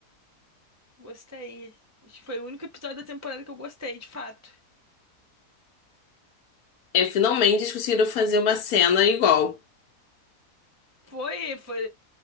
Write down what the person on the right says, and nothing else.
Gostei. Acho que foi o único episódio da temporada que eu gostei, de fato.
Foi, foi,